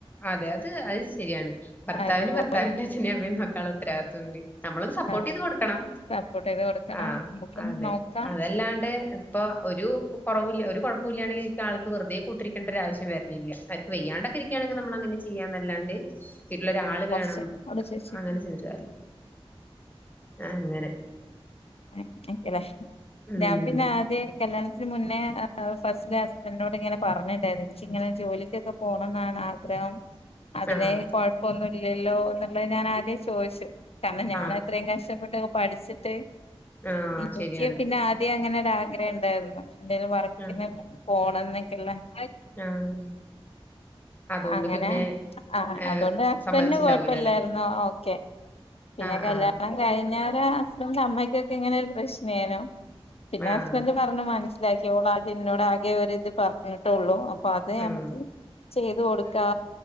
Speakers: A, on the left; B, on the left.
A: അതെ അത് അത് ശരിയാണ് ഭർത്താവിന്
B: അതുപോലെ
A: ഭർത്താവിന്റെ അച്ഛനും അമ്മയും നോക്കാനുള്ള ഉത്തരവാദിത്തം ഉണ്ട് നമ്മള് ഒന്ന് സപ്പോർട്ട്
B: ആഹ്
A: ചെയ്ത് കൊടുക്കണം
B: സപ്പോർട്ട് ചെയ്ത് കൊടുക്കണം
A: ആഹ്
B: നമുക്ക്
A: അതെ
B: നോക്കാം
A: അതല്ലാണ്ട് ഇപ്പൊ ഒരു കുറവും ഇല്ല ഒരു കുഴപ്പും ഇല്ലാണ്ടെ ഇങ്ങനെ ഇരിക്കണ ആൾക്ക് വെറുതെ കൂട്ടിരിക്കേണ്ട ഒരു ആവശ്യം വരുന്നില്ല വെയ്യാണ്ടെ ഒക്കെ ഇരിക്കാണെങ്കി നമ്മള് അങ്ങനെ ചെയ്യാന്നെ അല്ലാണ്ട് വീട്ടിലൊരാള്
B: കൊറച്ച്
A: വേണം
B: അവിടെ ചേച്ചി
A: അങ്ങനെ ചെയ്തിട്ട് കാര്യല്ല അങ്ങനെ
B: <unintelligible>
A: ഉം
B: പിന്നെ ആദ്യേ കല്യാണത്തിന് മുന്നേ ഫസ്റ്റ്ലെ ഹസ്ബൻഡിനോട് ഇങ്ങനെ പറഞ്ഞിണ്ടായിരുന്നു എനിക്ക് ഇങ്ങനെ ജോലിക്ക് ഒക്കെ പോണം എന്നാണ് ആഗ്രഹം അതിനെ
A: ആഹ്
B: കൊഴപ്പൊന്നും ഇല്ലല്ലോ എന്നുള്ളത് ഞാൻ ആദ്യം ചോദിച്ചു കാരണം ഞാൻ
A: ആഹ്
B: അത്രയും കഷ്ടപ്പെട്ട് പഠിച്ചിട്ട്
A: ആഹ്
B: എനിക്ക്
A: ശരിയാണ്
B: പിന്നെ....... ഇ അങ്ങനെ ഒരാഗ്രഹം ഇണ്ടായിരുന്നു എന്തെലും വർക്കിന്ന്
A: ആഹ്
B: പോണം എന്നൊക്കെള്ളെ...... <inaudible>
A: ആഹ് അതുകൊണ്ട്
B: അങ്ങനെ
A: പിന്നെ
B: ആ
A: ഏഹ്
B: അതോണ്ട് ഹസ്ബന്ഡന്
A: സമ്മതിച്ചിണ്ടാവൂലോ
B: കൊഴപ്പല്ലായിരുന്നോ
A: ല്ലേ
B: ഓക്കെ..... പിന്നെ
A: ആഹ്
B: കല്യാണം......
A: ആഹ്
B: കഴിഞ്ഞേരം ഹസ്ബൻ് അമ്മയ്ക്കൊക്കെ ഇങ്ങനെ ഒരു പ്രശ്നെനു പിന്നെ
A: ആഹ്
B: ഹസ്ബൻഡ് പറഞ്ഞു മന. ഇതാക്കിയോളാ എന്നോട് ആകെ ഒരു ഇത് പറഞ്ഞു. എന്നിട്ടള്ളൂ അപ്പൊ അത്
A: ഉം
B: നമുക്ക് ചെയ്ത് കൊടുക്കാ